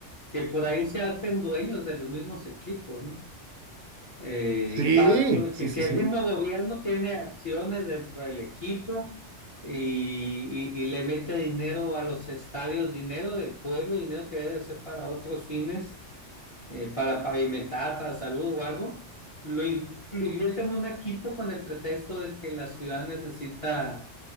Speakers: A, on the left (about 35°); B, on the right (about 80°).
A: que por ahí se hacen dueños de los mismos equipos, ¿no? Eh,
B: Sí,
A: y pas- pues,
B: sí,
A: que,
B: sí,
A: que
B: sí.
A: el mismo gobierno tiene acciones dentro del equipo y, y- y le mete dinero a los estadios, dinero del pueblo, dinero que debe ser para otros fines, eh, para pavimentar, para salud o algo. Lo, in- lo invierte en un equipo con el pretexto de que la ciudad necesita